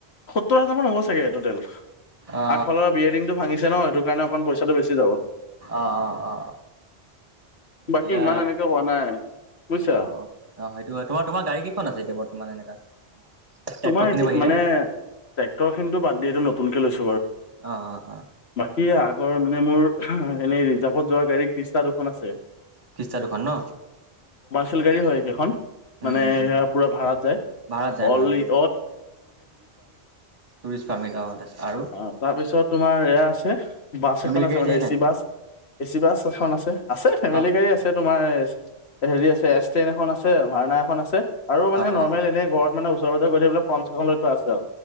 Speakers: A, on the left; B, on the right.
A: সত্তৰ হাজাৰ মান হ'ব চাগে টেল
B: অ অ
A: আগফালৰ বিয়েতটো ভাঙিছে ন সেইটো কাৰণে অকণ পইচা বেছি যাব
B: অ অ অ এতিয়া
A: বাকী ইমান এনেকে হোৱা নাই। বুজিছা
B: অ', অ' সেইটো হয় তোমাৰ তোমাৰ গাড়ী কেইখন আছে এতিয়া বৰ্তমান এনেকা, ট্ৰেক্টৰ
A: তোমাৰ
B: খিনিৰ
A: এতিয়া
B: বাহিৰে
A: মানে ট্ৰেক্টৰ খিনিতো বাদিয়টো নতুনকে লৈছো।
B: অ', অ', অ'
A: স আগৰ মানে মোৰ এনেই ৰিজাৰ্ভত যোৱা গাড়ী খ্ৰীষ্টা দুখন আছে।
B: কিষ্ট্তা দুখনান ন
A: ম
B: উম উম উম
A: ভ
B: ভাড়াত যায় ভাড়াত যায় টুৰিষ্ট পাৰ্মিট অ তাৰপিছত আৰু
A: আ তাৰপিছত তমাৰ ছে বাছ
B: ফেমিলি
A: এখন আছে
B: গাড়ী
A: মানে
B: চাৰি
A: এ
B: নাই
A: C bus A C bus এখন আছে, আছে ফেমিলি
B: অ
A: গাড়ী আছে তোমাৰ হেৰি আছে এছ ্ৰেইন এখন আছে ভাওনা এখন আছে। আৰু মানে
B: অ
A: নৰ্মেল
B: অ
A: এনে ঘৰত মানে ওচ পাজ গৈাকোলে ফ্ৰন চাখন লৈ থোৱা আছে আৰু,